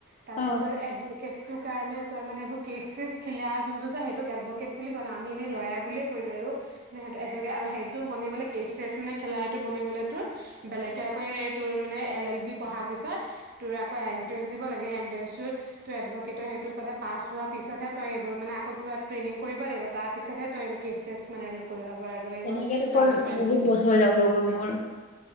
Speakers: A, on the right; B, on the left.
A: তাৰপিছত
B: অ
A: এডভকেটটোৰ কাৰণে তই মানে এইবোৰ কেইছ চেছ খেলে আৰু যোনটো যে সেইটোক এডভকেট বুলি কয় ন' আমি এনে লয়াৰ বুলি কৈ দিওঁ আৰু। সেইটো এডবকে আৰু সেইটো বনিবলৈ কেইছ চেছ মানে খেলা হেইটো বনিবলৈ তোৰ বেলেগকে আকৌ তোৰ মানে এল এল বি পঢ়াৰ পিছত তোৰ আকৌ এণ্ট্ৰেন্স দিব লাগে, সেই এণ্ট্ৰেন্সটোৰ এডভকেটৰ সেইটো পালে পাছ হোৱা পিছতহে তই এইবোৰ মানে আকৌ কিবা ট্ৰেইনিং কৰিব লাগিব তাৰপিছতহে তই এইবোৰ কেইছ চেছ মানে কৰিব পৰা মানে এইবোৰ
B: তেনেকে দেখোন
A: লাগিব পাৰিবি
B: বহুত
A: কেচ
B: বছৰ
A: চেচত
B: যাবগৈ মোৰ।